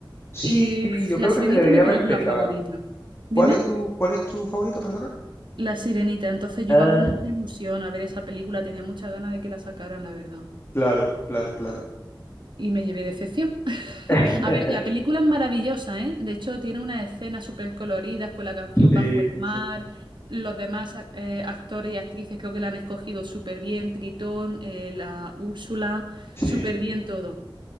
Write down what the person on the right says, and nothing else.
Y
uf,
La
Sirenita
es mi película
favorita. Dime.
La Sirenita, entonces yo
iba con mucha ilusión a ver esa película, tenía muchas ganas de que la sacaran, la verdad.
Y me llevé decepción. <laughs>
A ver, la película es maravillosa, ¿eh? De hecho, tiene unas escenas súper coloridas con la canción
Bajo el
mar.
Los demás eh, actores y actrices creo que la han escogido súper bien. Tritón, eh, la Úrsula,
súper
bien
todo.